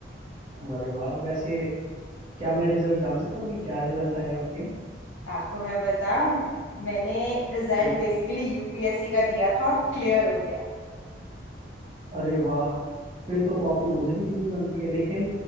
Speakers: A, on the right; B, on the left.
A: अरे वाह वैसे क्या मैं रिजल्ट जान सकता हूँ कि क्या रिजल्ट आए आपके
B: आपको मैं बताऊं मैंने रिजल्ट
A: हाँ जी
B: बेसिकली यूपीएससी का दिया था और क्लियर हो गया है
A: अरे वाह फिर तो कॉफी मुझे भी पीनी बनती है लेकिन